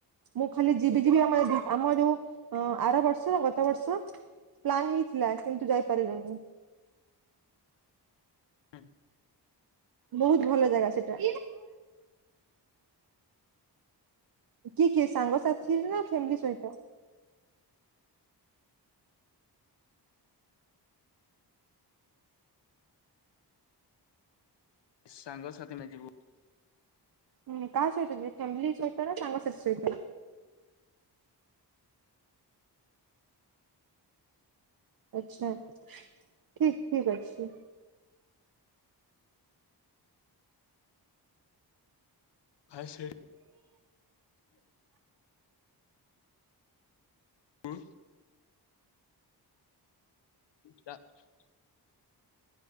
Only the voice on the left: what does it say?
ହୁଁ।
ସାଙ୍ଗସାଥି ମେ ଯିବୁ।
ହାଇସ ହୁଁ। ଯାଉଛୁ